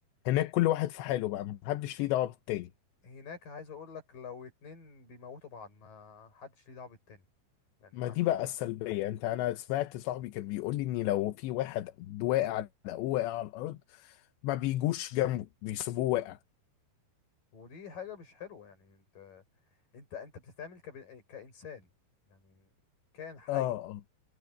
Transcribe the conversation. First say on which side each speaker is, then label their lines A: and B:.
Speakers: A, on the left (about 80°); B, on the left (about 50°).
A: هناك كل واحد في حاله بقى محدش ليه دعوه بالتاني
B: هناك عايز اقول لك لو اتنين بيموتوا بعض ما حدش ليه دعوة بالتاني يعني
A: ما
B: ح- ما
A: دي
B: حد
A: بقى السلبيه انت انا سمعت صاحبي كان بيقول لي ان لو في واحد واقع لقوه واقع على الارض ما بيجوش جنبه بيسيبوه واقع
B: <laughs> ودي حاجة مش حلوة يعني انت انت انت بتتعامل كب... كإنسان يعني كائن حي
A: اه اه